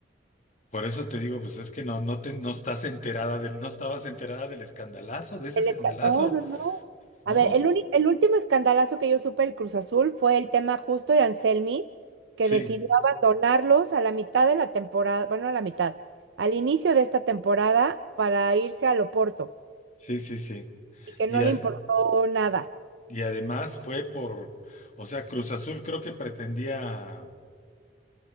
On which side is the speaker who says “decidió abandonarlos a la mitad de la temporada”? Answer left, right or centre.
Right